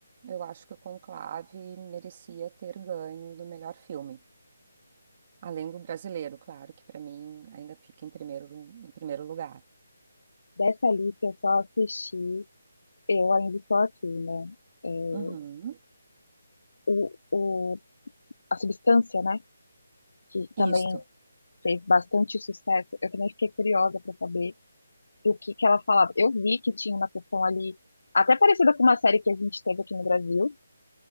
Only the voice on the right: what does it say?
eu acho que o Conclave merecia ter ganho do melhor filme. Além do brasileiro, claro, que para mim ainda fica em primeiro, em primeiro lugar.
Uhum.
Isso.